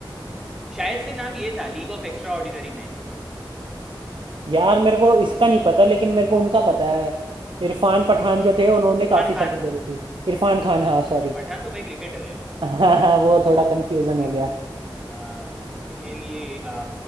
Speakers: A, in the centre; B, on the right (about 65°).
A: शायद से नाम ये था league of extraordinary man
B: यार मेरे को इसका नहीं पता लेकिन मेरे को उनका पता है इरफान पठान जो थे उन्होंने
A: Irfan
B: काफी
A: Khan
B: सारी करी थी इरफान खान हाँ सॉरी
A: हाँ, पठान तो भाई क्रिकेटर है
B: <laughs> हाँ हाँ वो
A: हाँ भाई
B: थोड़ा कंफ्यूजन
A: हम्म,
B: हो गया
A: हाँ भाई लेकिन ये आ,